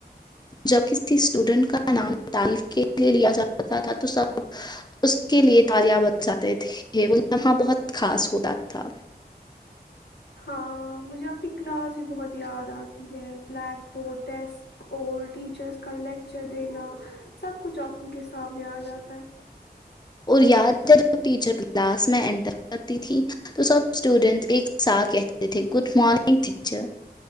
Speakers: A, on the left; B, on the left.
A: جب کسی اسٹوڈنٹ کا نام تعریف کے لیے لیا جاتا تھا تو سب اس کے لیے تالیا ب جاتے تھے وہ یہاں بہت خاص ہوتا تھا
B: ہاں مجھے اپنی کلاس بھی بہت یاد آتی ہے بلیک بورڈ ڈیسک اور ٹیچرس کا لیکچر دینا سب کچھ آنکھوں کے سامنے آ جاتا ہے
A: اور یاد ج ج ٹیچر کلاس میں انٹر کرتی تھی تو سب اسٹوڈینٹس ایک ساتھ کہتے تھے گڈ مارنگ ٹیچر